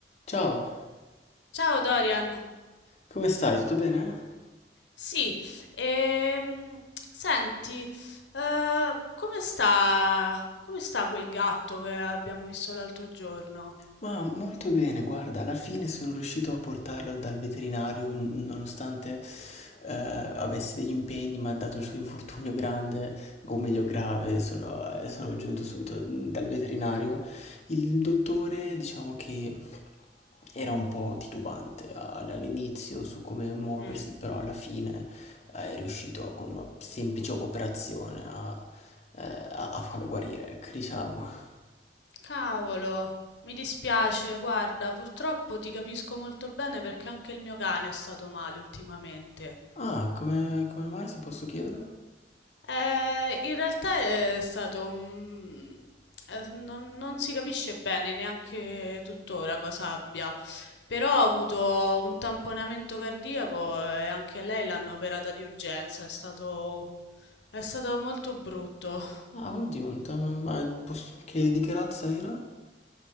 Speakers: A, on the left (about 40°); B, on the left (about 80°).
A: Ciao,
B: Ciao Dorian,
A: come stai? Tutto bene?
B: sì, ehm, senti, eh, come sta, come sta quel gatto che abbiamo visto l'altro giorno?
A: Ma molto bene, guarda, alla fine sono riuscito a portarlo dal veterinario, n- nonostante eh, avessi degli impegni, ma dato il suo infortunio grande, o meglio grave, sono, eh, sono giunto subito dal veterinario. Il dottore, diciamo che era un po' titubante all- all'inizio su come muoversi,
B: Mm,
A: però alla fine eh, è riuscito con una semplice operazione a, eh, a a farlo guarire, ecco, diciamo.
B: Cavolo, mi dispiace, guarda, purtroppo ti capisco molto bene perché anche il mio cane è stato male ultimamente.
A: Ah, come, come mai, se posso chiedere?
B: Eh, in realtà è stato un... eh, non, non si capisce bene neanche tuttora cosa abbia, però ha avuto un tamponamento cardiaco e anche lei l'hanno operata di urgenza, è stato, è stato molto brutto.
A: Ah, oddio, un ta- ma posso- che, di che razza era?